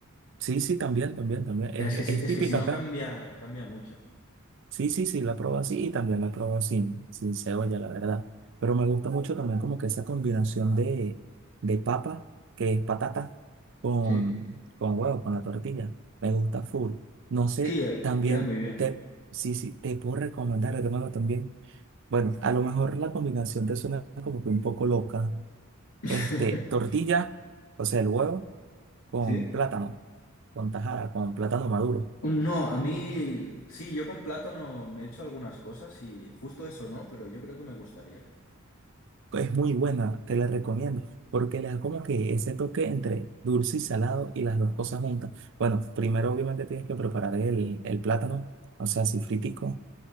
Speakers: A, on the right (about 60°); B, on the left (about 80°).
A: Sí, sí, también, también, también.
B: Claro,
A: Es,
B: Es que sí,
A: es
B: es
A: típica
B: que si no
A: acá.
B: cambia, cambia mucho.
A: Sí, sí, sí, la probé así y también la probé sin, sin cebolla, la verdad. Pero me gusta mucho también como que esa combinación de, de papa, que es patata, con,
B: Sí.
A: con huevo, con la tortilla. Me gusta full. No sé,
B: Sí, eh,
A: también
B: queda muy bien.
A: te, sí, sí, te puedo recomendar, hermano, también. Bueno, a lo mejor la combinación te suena como que un poco loca.
B: <laughs>
A: Este, tortilla, o sea, el huevo con
B: ¿Sí?
A: plátano, con tajada, con plátano maduro.
B: Un- No, a mí sí, yo con plátano me he hecho algunas cosas y justo eso no, pero yo creo que me gustaría.
A: Es muy buena, te la recomiendo, porque le da como que ese toque entre dulce y salado y las dos cosas juntas. Bueno, primero obviamente tienes que preparar el, el plátano, o sea, así fritico,